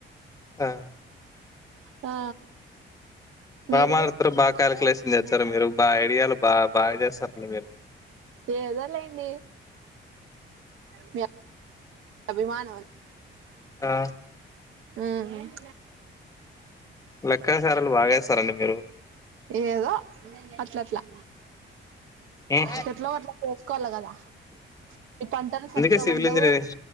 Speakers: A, on the left (about 15°); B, on the right (about 80°).
A: ఆ
B: ఆ
A: బా
B: మీరు
A: మాట్లాడుతారు,
B: కూడా
A: బాగా కాలిక్యలేషన్ చేస్తారు. మీరు బాగా ఐడియాలు బా బాగా చేస్తారండి మీరు.
B: ఏదో లేండి మీ అభిమానం
A: ఆ
B: <inaudible> ఉమ్
A: లెక్కసారలు బాగా ఎస్తారండి మీరు.
B: ఏదో అట్ల అట్లా,
A: ఉమ్
B: ఎకట్లో అట్లా నేర్చుకోవాల గదా. ఈ పంటాలు సరిగ్గా
A: అందుకే సివిల్
B: పండవు
A: ఇంజనీరింగ్